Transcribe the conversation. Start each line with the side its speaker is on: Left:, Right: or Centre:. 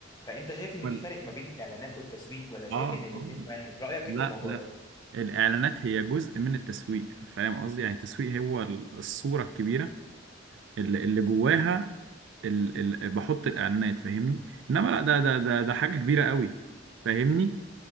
Left: فانت شايف ان
Right: وال...
Left: في فرق ما بين الاعلانات والتسويق ولا شايف
Right: اه
Left: ان الاتنين
Right: اه
Left: واحد رأيك
Right: لا
Left: ايه في الموضوع
Right: لا
Left: ده
Right: الاعلانات هي جزء من التسويق فاهم قصدي يعني التسويق هو ال- الصورة الكبيرة اللي, اللي جواها ال... ال... بحط الاعلانات فاهمني انما لا ده ده ده ده حاجة كبيرة قوي فاهمني